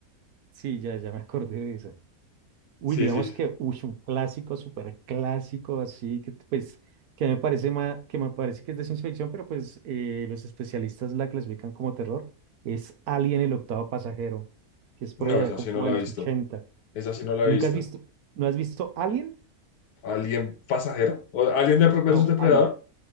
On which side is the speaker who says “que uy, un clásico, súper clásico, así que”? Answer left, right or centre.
Right